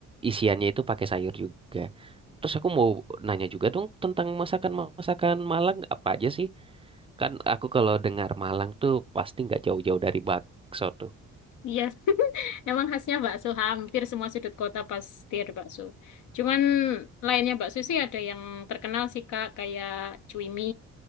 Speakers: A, on the right; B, on the left.
A: isiannya itu pakai sayur juga. Terus aku mau nanya juga dong tentang masakan-masakan Malang apa aja sih? Kan aku kalau dengar Malang tuh pasti nggak jauh-jauh dari bakso tuh.
B: Iya, <laughs> emang khasnya bakso hampir semua sudut kota pasti ada bakso. Cuman lainnya bakso sih ada yang terkenal sih Kak, kayak cuimi,